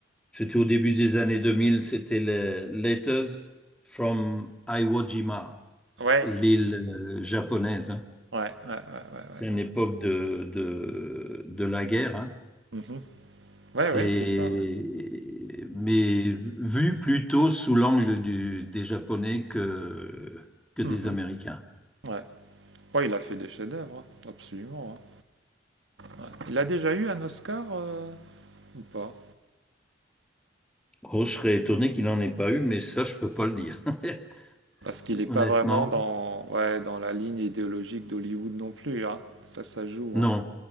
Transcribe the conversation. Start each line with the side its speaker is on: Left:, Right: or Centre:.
Centre: C'était au début des années 2000, c'était les Letters from Iwo Jima,
Right: ouais,
Centre: l'île euh, japonaise. hein.
Right: ouais, ouais, ouais, ouais, ouais.
Centre: C'est une époque de, de, de la guerre, hein.
Right: Mhm. Ouais, ouais,
Centre: Et,
Right: c'est ça. Ouais.
Centre: mais vu plutôt sous l'angle du, des Japonais que, que des
Right: Mhm.
Centre: Américains.
Right: Ouais. Ouais, il a fait des chefs-d'œuvre, hein, absolument. hein. Ouais. Il a déjà eu un Oscar euh, ou pas?
Centre: Oh, je serais étonné qu'il n'en ait pas eu, mais ça, je peux pas le dire. <laughs>
Right: Parce qu'il n'est pas
Centre: Honnêtement,
Right: vraiment dans, ouais, dans la ligne idéologique d'Hollywood non plus, hein. Ça, ça joue, hein.
Centre: non,